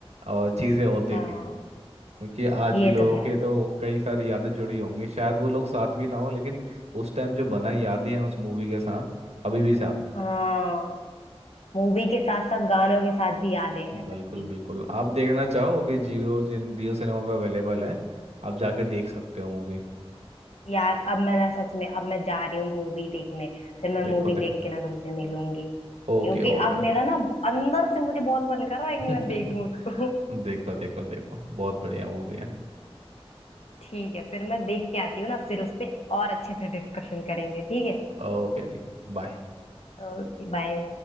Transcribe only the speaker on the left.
हाँ
ये
तो है
हाँ मूवी के साथ साथ गानों के साथ भी यादें हैं सबकी
यार अब मैं ना सच में अब मैं जा रही हूँ मूवी देखने फिर मैं
मूवी
देख के ना तुमसे मिलूंगी
क्योंकि
अब मेरा ना अंदर से मुझे बहुत मन कर रहा है
कि मैं देखूं उसको
ठीक है फिर मैं देख के आती हूँ ना फिर उस पे और अच्छे से डिस्कशन करेंगे ठीक है
Okay bye